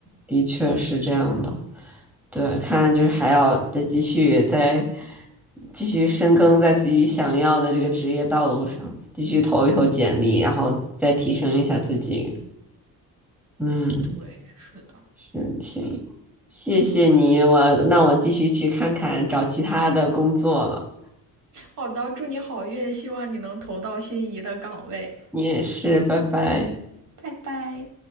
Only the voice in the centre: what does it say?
的确是这样的。对，看来就是还要再继续再继续深耕在自己想要的这个职业道路上，继续投一投简历，然后再提升一下自己。嗯。
嗯，行，谢谢你，我那我继续去看看找其他的工作了。
你也是，拜拜。